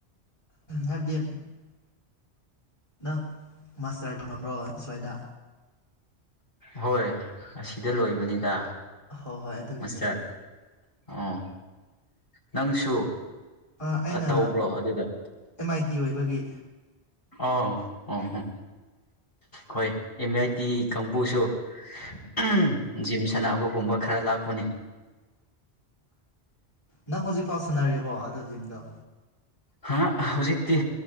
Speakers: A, on the left; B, on the left.
A: ꯍꯥꯏꯕꯗꯤ ꯅꯪ ꯃꯥꯁꯇꯔ ꯇꯝꯃꯝꯕ꯭ꯔꯣ ꯑꯁꯨꯋꯥꯏꯗ
B: ꯍꯣꯏ ꯑꯁꯤꯗ ꯂꯣꯏꯕꯅꯤꯗ
A: ꯍꯣꯏ ꯍꯣꯏ ꯑꯗꯨꯒꯤꯅꯦ
B: ꯃꯥꯁꯇꯔ ꯑꯣ ꯅꯪꯁꯨ
A: ꯑꯥ ꯑꯩꯅ
B: ꯇꯧꯕ꯭ꯔꯣ ꯑꯗꯨꯗ
A: ꯑꯦꯝ ꯑꯥꯏ ꯇꯤ ꯑꯣꯏꯕꯒꯤ
B: ꯑꯥ ꯑꯥꯍꯣ ꯍꯣꯏ ꯑꯦꯝ ꯑꯥꯏ ꯇꯤ ꯀꯥꯡꯕꯨꯁꯨ ꯎꯝ ꯖꯤꯝ ꯁꯥꯟꯅꯕꯒꯨꯝꯕ ꯈꯔ ꯂꯥꯛꯄꯅꯤ
A: ꯅꯪ ꯍꯧꯖꯤꯛꯐꯥꯎ ꯁꯥꯟꯅꯔꯤꯕꯣ ꯑꯗꯨ ꯖꯤꯝꯗꯣ
B: ꯍꯥ ꯍꯧꯖꯤꯛꯇꯤ